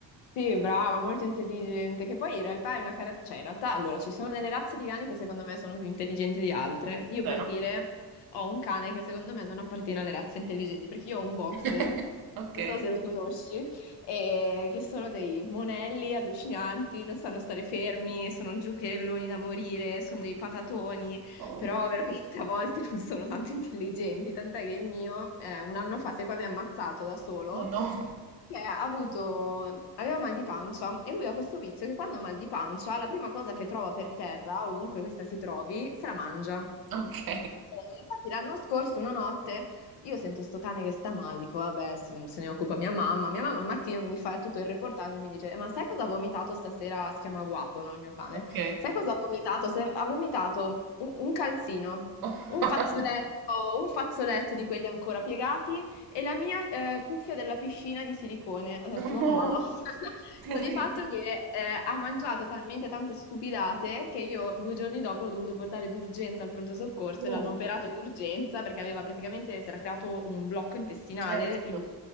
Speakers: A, on the left; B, on the right.
A: Sì, brava, molto intelligente, che poi in realtà è una caratteristica, cioè in realtà allora ci sono delle razze di cani che secondo me sono più intelligenti di altre. Io
B: vero?
A: per dire ho un cane che secondo me non appartiene alle razze intelligenti, perché io ho un boxer,
B: <laughs> Ok.
A: non so se lo conosci, e che sono dei monelli allucinanti, non sanno stare fermi, sono giocherelloni da morire, sono dei patatoni,
B: Oh,
A: però veramente a volte non sono tanto intelligenti, tant'è che il mio eh, un anno fa si è quasi ammazzato da solo
B: oh no.
A: che ha avuto, aveva mal di pancia e lui ha questo vizio che quando ha mal di pancia, la prima cosa che trova per terra, ovunque questa si trovi, se la mangia.
B: Ok.
A: E infatti l'anno scorso, una notte, io sento sto cane che sta male, dico vabbè, se, se ne occupa mia mamma. Mia mamma al mattino mi fa tutto il reportage e mi dice, "Eh, ma sai cosa ha vomitato stasera? Si chiama Guapo, no, il mio cane.
B: Ok.
A: Sai cosa ha vomitato? Se- ha vomitato un un calzino,
B: <laughs>
A: un fazzoletto, un fazzoletto di quelli ancora piegati e la mia eh, cuffia della piscina di silicone. Ho detto,
B: Oh no.
A: oh madonna. <laughs>
B: Terribile.
A: Sta di fatto che eh, ha mangiato talmente tante stupidate che io due giorni dopo ho dovuto portare d'urgenza al pronto soccorso
B: No.
A: e l'hanno operato d'urgenza perché aveva praticamente, si era creato un blocco intestinale.
B: Certo.
A: Il,